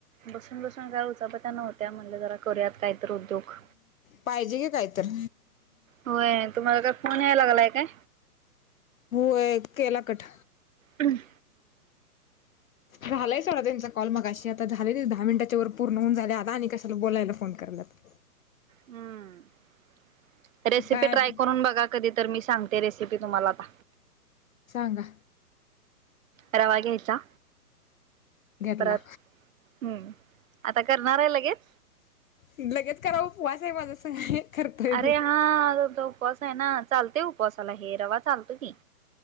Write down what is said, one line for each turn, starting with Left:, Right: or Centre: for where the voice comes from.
Right: बसून-बसून काय उचापत नव्हत्या, म्हणल जरा करूयात काहीतर उद्योग.
Left: पाहिजे की काय तर.
Right: होय तुम्हाला काय फोन यायला लागलाय काय.
Left: होय केला कट
Right: हम्म.
Left: झालाय सोडा त्यांचा कॉल मगाशी, आता झाले दहा मिनटच्या वर पूर्ण होऊन झाले, आता आणि कशाला बोलायला फोन कराल्यात.
Right: हम्म रेसिपी
Left: काय
Right: ट्राय
Left: तर
Right: करून बघा कधी तर, मी सांगते रेसिपी तुम्हाला आता
Left: सांगा.
Right: रवा घ्यायचा,
Left: घेतला
Right: परत हम्म आता करणार आहे लगेच.
Left: लगेच करा उपवास आहे माझा. करतोय
Right: अरे
Left: मी
Right: हा आमचा उपवास आहे ना, चालते उपवासाला हे रवा चालतोय की.